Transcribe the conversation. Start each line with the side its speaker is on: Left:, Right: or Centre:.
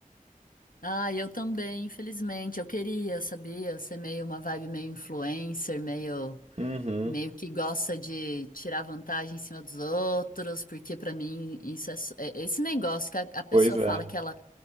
Left: Ah, eu também, infelizmente. Eu queria, sabia, ser meio uma vibe meio influencer, meio
Right: Uhum.
Left: meio que gosta de tirar vantagem em cima dos outros, porque pra mim isso é, s- é- esse negócio que a, a pessoa
Right: Pois
Left: fala
Right: é.
Left: que ela